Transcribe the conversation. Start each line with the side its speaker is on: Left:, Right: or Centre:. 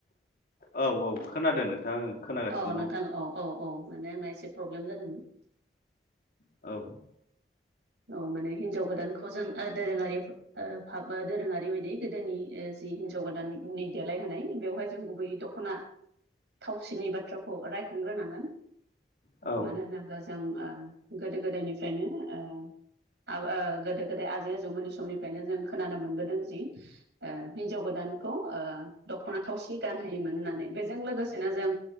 Left: औ औ खोनादों नोंथां। खोनागासिनो
Right: अ नोंथां औ औ औ माने आंना एसे प्रब्लेम जादोंमोन।
Left: औ‌।
Right: औ माने हिनजाव गोदानखौ जों आरो दोरोङारि ओ दोरोङारि बायदि गोदोनि जि हिनजाव गोदाननि देलायहनाय बेवहाय जों गुबैयै दं दखना थावसिनि बाथ्राखौ राय ग्रोनांगोन
Left: औ
Right: मानो होनोब्ला जों ओ गोदो गोदायनि फ्रायनो ओ आब ओ गोदो गोदाय आजै आजौ मोननि समनि फ्रायनो जों खोनानो मोनबोदों जि ओ हिनजाव गोदानखौ ओ दख'ना थावसि सि गानहोयोमोन होननानै बेजों लोगोसेनो जों